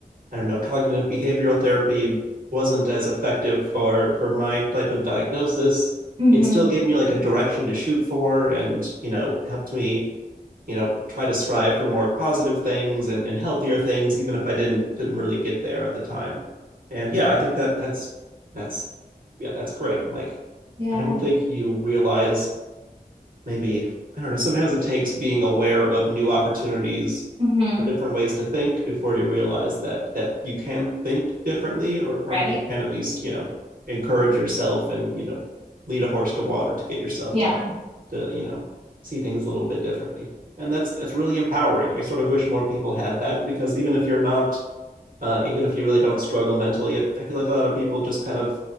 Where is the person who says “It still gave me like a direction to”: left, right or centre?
Right